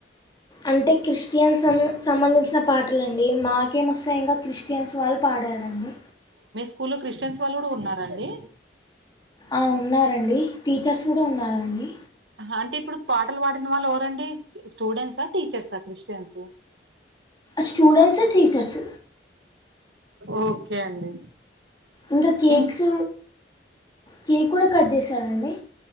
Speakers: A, on the left; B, on the right.
A: అంటే క్రిస్టియన్ సం సంబంధించిన పాటలు అండి మాకేమొస్తా ఇంకా క్రిస్టియన్స్ వాళ్ళు పాడారండి
B: స్కూ లో క్రిస్టియన్స్ వాళ్ళు కూడా ఉన్నారండి
A: ఆ ఉన్నారండి టీచర్స్ కూడా ఉన్నారండి
B: అంటే ఇప్పుడు పాటలు పాడిన వాళ్ళు ఎవరండి స్టూడెంట్సా టీచర్సా క్రిస్టియన్స్
A: స్టూడెట్స్ టీచర్స్
B: ఓకే అండి
A: ఇంకా కేక్స్
B: ఇం
A: కేక్ కూడా కట్ చేసానండి